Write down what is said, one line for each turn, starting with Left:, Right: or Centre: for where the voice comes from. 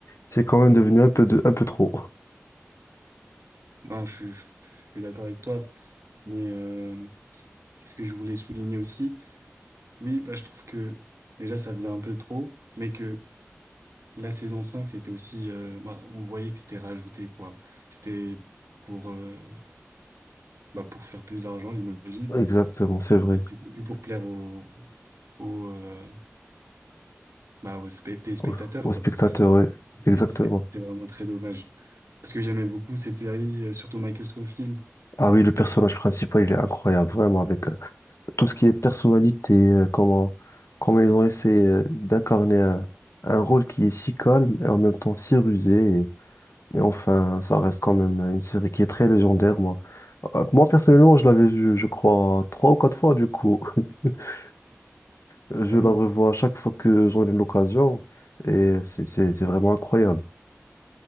Left: c'est quand même devenu un peu de, un peu trop.
Right: Non, je, suis je- je suis d'accord avec toi, mais euh, qu'est-ce que je voulais souligner aussi? Oui, bah, je trouve que déjà ça faisait un peu trop, mais que la saison 5 c'était aussi, euh, bah, on voyait que c'était rajouté, quoi. C'était pour, euh, bah, pour faire plus d'argent, j'imagine.
Left: Exactement, c'est vrai.
Right: Et C'était plus pour plaire aux, aux, euh, bah, aux spect- téléspectateurs,
Left: Au, au spectateur,
Right: quoi.
Left: ouais.
Right: C'était
Left: Exactement.
Right: c'était- c'était vraiment très dommage. Parce que j'aimais beaucoup cette série, euh, surtout Michael Scofield.
Left: Ah oui, le personnage principal, il est incroyable, vraiment, avec euh, tout ce qui est personnalité, euh, comment, comment ils ont essayé euh, d'incarner un, un rôle qui est si calme et en même temps si rusé. Mais enfin, ça reste quand même une série qui est très légendaire, moi. Euh, Moi, personnellement, je l'avais vue, je crois, trois ou quatre fois, du coup. <laughs> Je
Right: Ah
Left: la
Right: oui.
Left: revois à chaque fois que j'en ai l'occasion. Et c'est c'est- c'est vraiment incroyable.